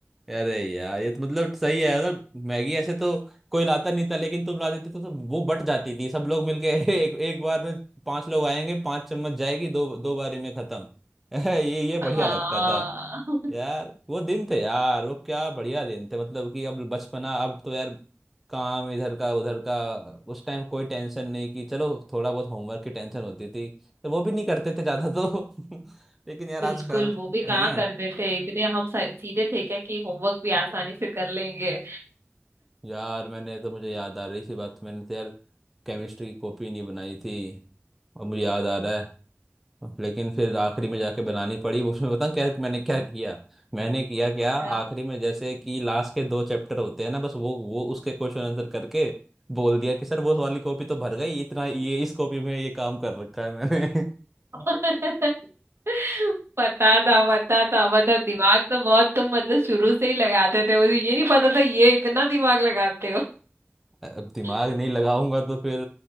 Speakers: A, in the centre; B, on the right.
A: अरे यार ये तो मतलब सही है मतलब मैगी ऐसे तो कोई लाता नहीं था लेकिन तुम ला देते तो, तो वो बट जाती थी सब लोग मिलके <laughs> एक एक बार में पांच लोग आएंगे पांच चम्मच जाएगी दो दो बारी में खत्म <laughs> ये ये बढ़िया
B: हाँ
A: लगता था
B: <laughs>
A: यार वो दिन थे यार वो क्या बढ़िया दिन थे मतलब कि अब बचपना अब तो यार काम इधर का उधर का उस टाइम कोई टेंशन नहीं कि चलो थोड़ा बहुत होमवर्क की टेंशन होती थी तो वो भी नहीं करते थे ज्यादा तो <laughs> लेकिन यार
B: बिल्कुल
A: आजकल
B: वो भी कहाँ
A: है ना
B: कर देते इतने हम सा- सीधे थे क्या कि होमवर्क भी आसानी से कर लेंगे
A: यार मैंने तो मुझे याद आ रही सी बात मैंने तो यार केमिस्ट्री की कॉपी नहीं बनाई थी और मुझे याद आ रहा है लेकिन फिर आखिरी में जाके बनानी पड़ी वो उसमें बताऊँ क्या मैंने क्या किया मैंने किया क्या
B: क्या?
A: आखिरी में जैसे कि लास्ट के दो चैप्टर होते हैं ना बस वो वो उसके क्वेश्चन आंसर करके बोल दिया कि सर वो वाली कॉपी तो भर गई इतना ये इस कॉपी में ये काम कर रखा है मैंने
B: <laughs> पता था पता था मतलब दिमाग तो बहुत तुम मतलब
A: <laughs>
B: शुरू से ही लगाते थे मुझे ये नहीं पता था ये इतना दिमाग लगाते हो
A: अब दिमाग
B: <laughs>
A: नहीं लगाऊंगा तो फिर